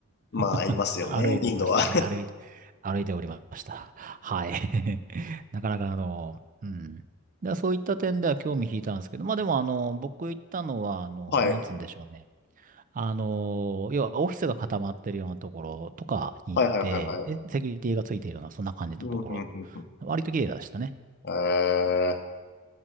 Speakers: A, on the left (about 50°); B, on the right (about 35°).
A: まあ、
B: <laughs>
A: いますよね、
B: 歩いてましたね。
A: インドは。
B: 歩いて、歩いておりました。はい。<laughs> なかなかあの、うん。だそういった点では興味引いたんですけど、まあでもあの、僕行ったのはあの、
A: <laughs> はい。
B: なんつうんでしょうね。あのー要はオフィスが固まってるようなところとかに行って、
A: はいはいはいはい。
B: で、セキュリティがついてるような、そんな感じのところ。
A: うん、うん、うん。
B: 割と綺麗でしたね。
A: うんえー